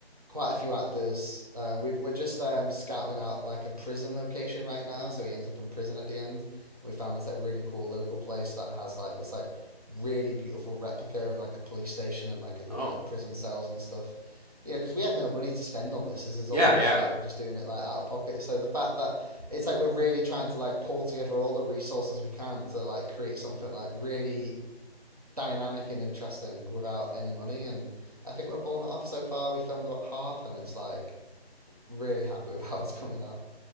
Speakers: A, on the right; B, on the left.
A: quite a few actors. Uh, we've, we're just um, scouting out like a prison location right now, so he ends up in prison at the end. We found this like really cool local place that has like this like really beautiful replica of like a police station and like a,
B: Oh,
A: a like prison cells and stuff. You know, because we have no money to spend on this. This is
B: yeah,
A: all just
B: yeah.
A: like we're just doing it like out of pocket. So the fact that it's like we're really trying to like pull together all the resources we can to like create something like really dynamic and interesting without any money. And I think we're pulling it off so far. We filmed about half, and it's like really happy <laughs> with how it's coming out.